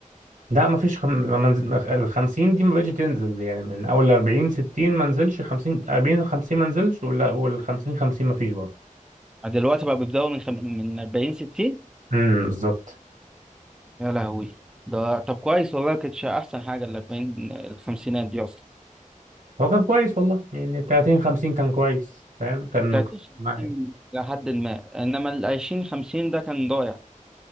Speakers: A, on the right (about 75°); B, in the centre.
A: لا مفيش خم... ما منز... ال 50 دي ما بقتش تنزل يعني من اول ال 40 60 ما نزلش 50 40 50 ما نزلش ولا وال 50 50 ما فيش برضه
B: دلوقتي بقى بيبداوا من خم... من 40 60
A: امم بالظبط
B: يا لهوي ده طب كويس والله كانتش احسن حاجه ال 40 الخمسينات دي اصلا
A: هو كان كويس والله يعني 30 50 كان كويس فاهم كان
B: 30 50
A: معايا
B: لحد ما انما ال 20 50 ده كان ضايع